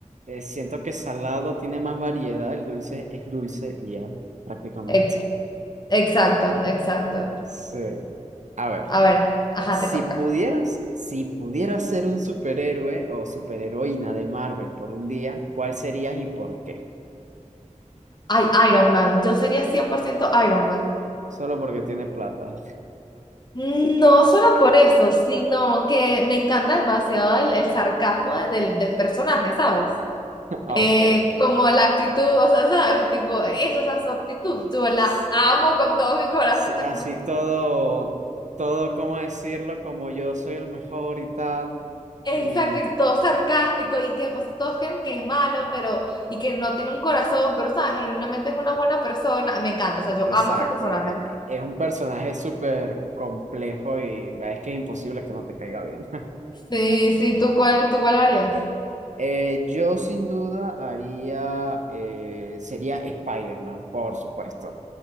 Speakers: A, on the right (about 65°); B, on the left (about 35°).
A: eh, siento que salado tiene más variedad, el dulce es dulce y ya, prácticamente.
B: Ex-
A: <laughs>
B: Exacto, exacto.
A: Sí. A ver.
B: A ver, ajá,
A: Si
B: te toca.
A: pudieras, si pudieras ser un superhéroe o superheroína de Marvel por un día, ¿cuál serías y por qué?
B: Ay, Iron Man. Yo sería 100% Iron Man.
A: Solo porque tiene plata.
B: No
A: <laughs>
B: solo por eso, sino que me encanta demasiado el, el sarcasmo de- del, del personaje, ¿sabes?
A: Ah,
B: Eh,
A: ok.
B: como la actitud, o sea, ¿sabes? Tipo, eso, o sea, su actitud, yo la
A: S-
B: amo con todo mi corazón,
A: sí,
B: o sea,
A: así
B: como que
A: todo, todo, ¿cómo decirlo? Como yo soy el mejor y tal.
B: exacto,
A: Y eh,
B: y todo sarcástico, y que pues, todos creen que es malo, pero, y que no tiene un corazón, pero, ¿sabes? Genuinamente es una buena persona, me encanta, o sea, yo
A: exacto,
B: amo ese personaje.
A: e- e- es un personaje súper complejo y es que es imposible que no te caiga bien.
B: Sí, sí, ¿tú cuál, tú cuál harías?
A: Eh, yo sin duda haría, eh, sería Spider-Man, por supuesto.